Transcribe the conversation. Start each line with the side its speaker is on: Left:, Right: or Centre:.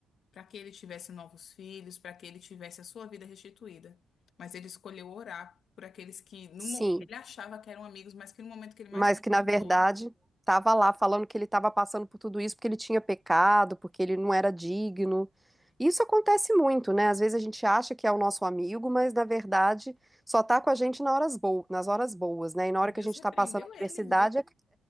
Left: para que ele tivesse novos filhos, para que ele tivesse a sua vida restituída. Mas ele escolheu orar por aqueles que no
Centre: Sim,
Left: mo- ele achava que eram amigos, mas que no momento que ele mais
Centre: mas
Left: precisou,
Centre: que na verdade estava lá falando que ele estava passando por tudo isso porque ele tinha pecado, porque ele não era digno. Isso acontece muito, né? Às vezes a gente acha que é o nosso amigo, mas na verdade só tá com a gente na horas bo- nas horas boas, né? E na hora
Left: e Deus
Centre: que a gente
Left: repreendeu
Centre: está passando adversidade
Left: eles, viu?
Centre: é